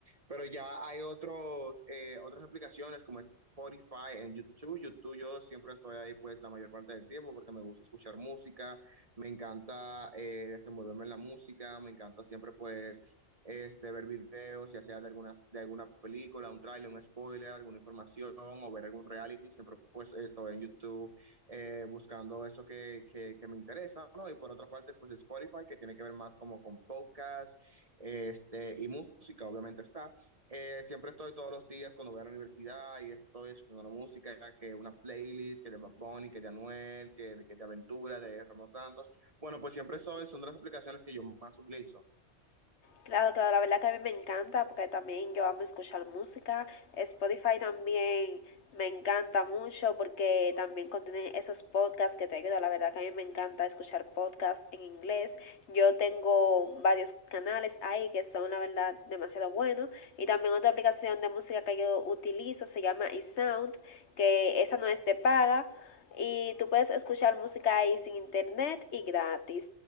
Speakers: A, on the right; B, on the left.
A: Pero ya hay otros, eh, otras aplicaciones como Spotify en YouTube. YouTube yo siempre estoy ahí pues la mayor parte del tiempo porque me gusta escuchar música, me encanta eh, desenvolverme en la música, me encanta siempre pues este, ver videos, ya sea de, algunas, de alguna película, un tráiler, un spoiler, alguna información o ver algún reality, siempre pues estoy en YouTube eh, buscando eso que, que, que, me interesa, ¿no? Y por otra parte, pues Spotify, que tiene que ver más como con podcast, este, y música, obviamente está. Eh, siempre estoy todos los días cuando voy a la universidad y estoy escuchando una música, que una playlist, que de Bad Bunny, que de Anuel, que, que de Aventura, de Ramos Santos. Bueno, pues siempre soy, son de las aplicaciones que yo más utilizo.
B: Claro, claro, la verdad que a mí me encanta porque también yo amo escuchar música. Spotify también me encanta mucho porque también contiene esos podcasts que te ayudan. La verdad que a mí me encanta escuchar podcasts en inglés. Yo tengo varios canales ahí que son la verdad demasiado buenos y también otra aplicación de música que yo utilizo se llama iSound que esa no es de paga y tú puedes escuchar música ahí sin internet y gratis.